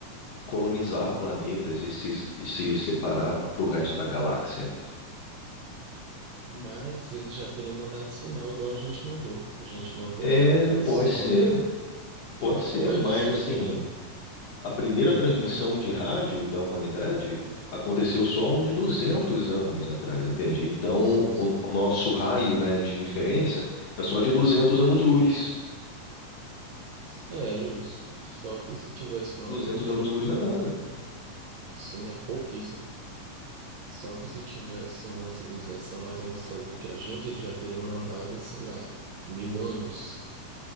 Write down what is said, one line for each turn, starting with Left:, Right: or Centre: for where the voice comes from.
Left: colonizar planetas e se, e se separar para o resto da galáxia.
Right: Mas eles já teriam mandado sinal, igual a gente mandou. A gente mandou
Left: É,
Right: a- aquela sonda,
Left: pode ser, pode
Right: a
Left: ser,
Right: Voyager,
Left: mas
Right: se eu
Left: assim,
Right: não me engano.
Left: a primeira transmissão de rádio da humanidade aconteceu só uns 200 anos atrás, entende? Então,
Right: Sim, sim.
Left: o, o nosso raio, né, de inferência é só de 200 anos-luz.
Right: É isso. Só que se tivesse uma
Left: 200
Right: outra,
Left: anos-luz não é nada.
Right: sim, é pouquíssimo. Só que se tivesse uma civilização mais avançada do que a gente, eles já teriam mandado há, sei lá, mil anos.